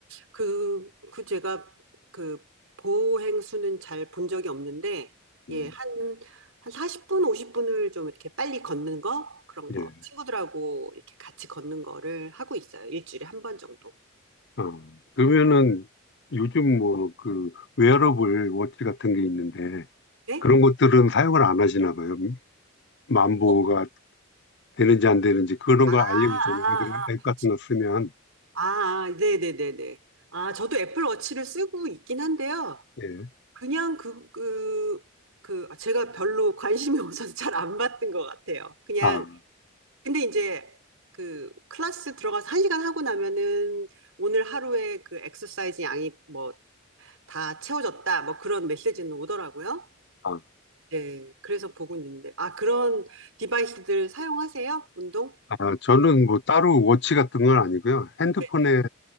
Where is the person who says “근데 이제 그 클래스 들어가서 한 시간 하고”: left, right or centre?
Right